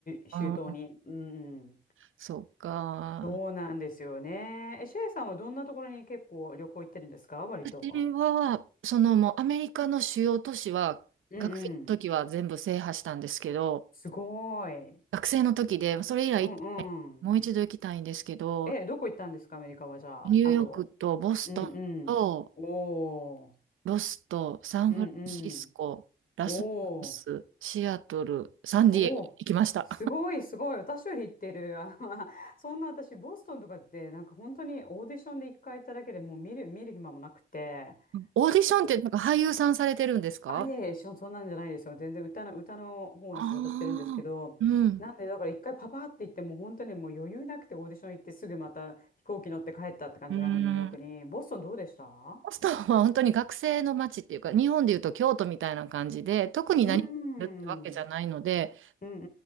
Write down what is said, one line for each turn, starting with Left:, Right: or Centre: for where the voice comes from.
Left: 周到にうんうん
Right: あーそっか。
Left: そうなんですよねえシェイさんはどんなところに結構旅行行ってるんですか割と
Right: 私は、そのもうアメリカの主要都市は、
Left: うんうん
Right: 学生の時は全部制覇したんですけど、
Left: すごい
Right: 学生の時で、それ以来行ってないもう一度行きたいんですけど、
Left: うんうんえ、どこ行ったんですか、アメリカは、じゃあ。
Right: ニューヨークとボストンと
Left: あと。うんうん。おー。
Right: ロスとサンフランシスコ、
Left: うんうん。
Right: ラスベガス、
Left: おー。
Right: シアトル、サンディエゴ行きました。
Left: おー。すごい、すごい。私より行ってる。あの <laughs> そんな私、ボストンとかって、なんか本当にオーディションで一回行っただけでもう見る、見る暇もなくて。
Right: うんオーディションってなんか俳優さんされてるんですか
Left: どあ、いやいや、そそんなんじゃないですよ。全然歌の、歌の方の仕事してるんですけど。
Right: ああー、うん。
Left: なんで、だから一回パパって行って、もう本当にもう余裕なくてオーディション行ってすぐまた飛行機乗って帰ったって感じなんで、
Right: うん。
Left: ニューヨークに。ボストンどうでした
Right: ボストンは本当に学生の街っていうか、日本でいうと京都みたいな感じで、特に何かやるってわけじゃないので、
Left: うん、うん